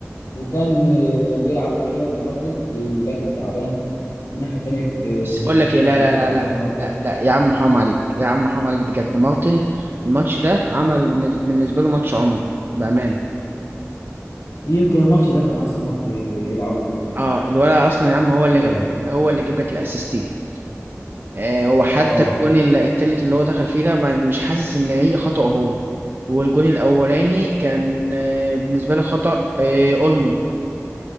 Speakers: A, on the left (about 70°); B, on the right (about 40°).
A: وكان آه، بيلعب بجيرارد مارتن الباك التعبان والناحية التانية آه،
B: بس
A: هيكتور
B: بقول لك
A: فورت
B: ايه لا
A: باك
B: لا لا
A: تعبان
B: لا
A: برضه
B: لا لا يا عم حرام عليك يا عم حرام عليك بجد مارتن الماتش ده عمل بالنس- بالنسبه له ماتش عمره بامانه
A: يمكن الماتش ده كان أحسن ماتش يلعبه الموسم
B: اه
A: ده
B: الولد اصلا يا عم هو اللي
A: فعلا
B: جاب هو اللي جاب لك الاسيستين آه، وحتى
A: اه
B: الجون ال- التالت اللي هو دخل فيه ده ما- مش حاسس ان هي خطأ هو والجون الاولاني كان آه، بالنسبه لي خطأ آه، اولمو